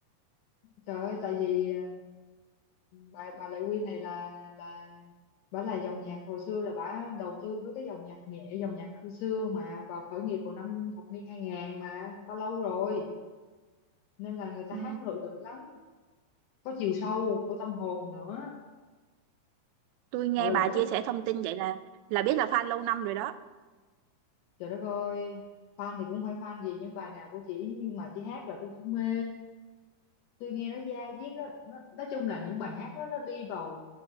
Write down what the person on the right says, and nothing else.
Ừ.
Tôi nghe
bà
chia sẻ thông tin vậy là là biết là fan lâu năm rồi đó.